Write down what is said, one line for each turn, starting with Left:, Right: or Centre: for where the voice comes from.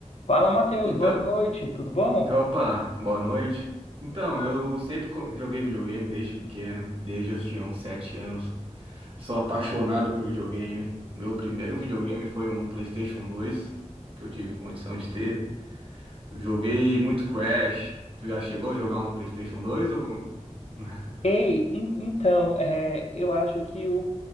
Left: Fala, Matheus,
Right: Então,
Left: boa noite, tudo bom?
Right: opa, boa noite. Então, eu sempre co- joguei videogame desde pequeno, desde eu tinha uns 7 anos. Sou apaixonado por videogame. Meu primeiro videogame foi um PlayStation 2, que eu tive condição de ter. Joguei muito Crash. Tu já chegou a jogar um PlayStation 2 ou <laughs>
Left: Ei, en- então, é, eu acho que o.